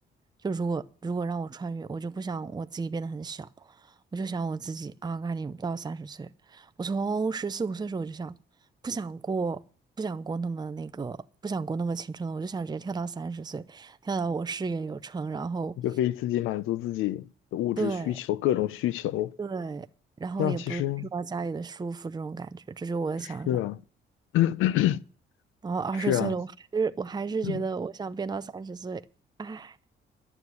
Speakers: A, on the right; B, on the left.
A: 就如果如果让我穿越，我就不想我自己变得很小，我就想我自己啊，赶紧到三十岁。我从十四五岁的时候我就想，不想过，不想过那么那个，不想过那么青春了，我就想直接跳到三十岁，跳到我事业有成，然后，
B: 你就可以自己满足自己的物质需求，
A: 对
B: 各种需求，
A: 对，然后也不用受到家里的束缚，
B: 这样其实
A: 这种感觉，这就是我的想法。
B: 是啊。<coughs> <clears throat>
A: 然后二十岁了，
B: 是啊，
A: 我还是我还是觉得我想变到三十岁，
B: 嗯
A: 唉，